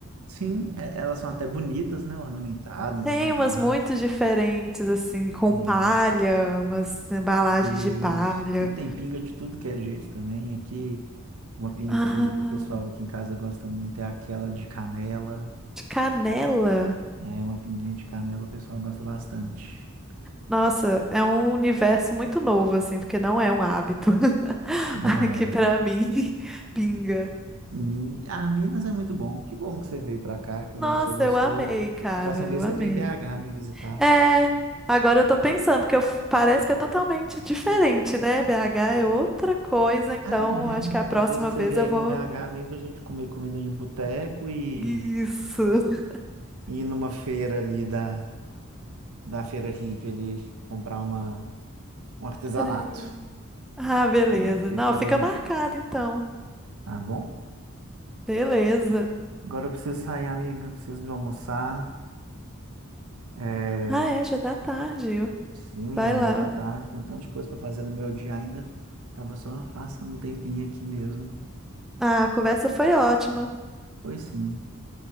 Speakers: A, on the right; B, in the centre.
A: Sim, é- elas são até bonitas, né? Ornamentadas,
B: Tem
A: as garrafas.
B: umas muito diferentes assim, com
A: E
B: palha, umas embalagens
A: Isso.
B: de palha.
A: E tem pinga de tudo que é jeito também. Aqui, uma pinga
B: Ah,
A: que, que o pessoal aqui em casa gosta muito é aquela de canela,
B: de canela.
A: né? Uma pinguinha de canela o pessoal gosta bastante.
B: Nossa, é um universo muito novo assim, porque não é um hábito <laughs>
A: Não
B: aqui
A: é?
B: pra mim, <laughs> pinga.
A: Min... Ah, Minas é muito bom. Que bom que você veio pra cá, que
B: Nossa,
A: bom que você gostou.
B: eu amei, cara,
A: Próxima
B: eu
A: vez você
B: amei.
A: vem em BH me visitar.
B: É, agora eu tô pensando que eu, f- parece que é totalmente diferente, né? BH é outra coisa, então
A: Ah, é.
B: acho que a próxima
A: Próxima vez que
B: vez
A: você vier
B: eu vou.
A: aqui em BH, vem pra gente comer comida de boteco e
B: Isso. <laughs>
A: e ir numa feira ali da, da feira hippie ali comprar uma, um artesanato.
B: Peraí. Ah, beleza.
A: Porque
B: Não,
A: quando
B: fica
A: a gente.
B: marcado então.
A: Tá bom?
B: Beleza.
A: Agora eu preciso sair, amiga. Preciso me almoçar. É...
B: Ah, é, já tá tarde.
A: Sim, menina,
B: Vai lá.
A: já tá tarde. Tem um tanto de coisa pra fazer no meu dia ainda. Tava só passando um tempinho aqui mesmo.
B: Ah, a conversa foi ótima.
A: Foi sim.